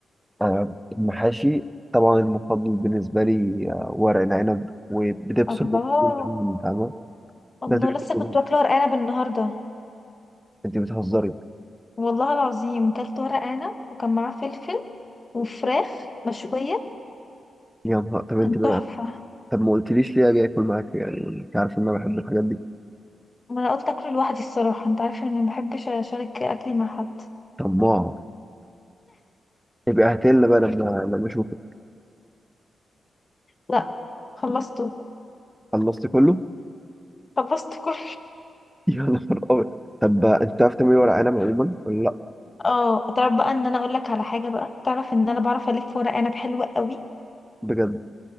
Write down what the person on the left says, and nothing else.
الله
الله
لسه كنت
واكلة ورق عنب النهاردة
والله العظيم كلت ورق عنب وكان معاه فلفل وفراخ مشوية
كان تحفة
ما انا قلت اكله لوحدي الصراحة انت عارفة اني مبحبش اشارك اكلي مع حد
لا خلصته
خلصت كل
اه تعرف بقى ان انا اقول لك على حاجه بقى تعرف ان انا بعرف الف ورق عنب حلو قوي